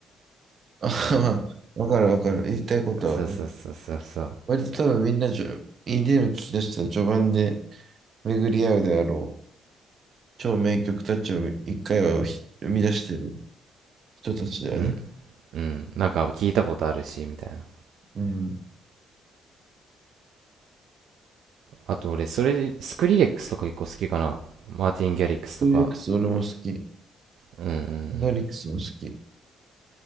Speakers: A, on the right; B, on the right.
A: <laughs> あ、まあ、わかるわかる。言いたいことはわかる。
B: そうそうそうそうそう
A: 割と多分みんなじょ、EDM 聞き出したら序盤で巡り合うであろう。超名曲たちを一回はひ生み出してる人たちだよね。
B: うんうんなんか聞いたことあるしみたいな
A: うん。
B: あと俺それでスクリレックスとか結構好きかなマーティン・ギャリックスとか
A: トゥーレックス俺も好き。
B: うんうんうん
A: アナリックスも好き。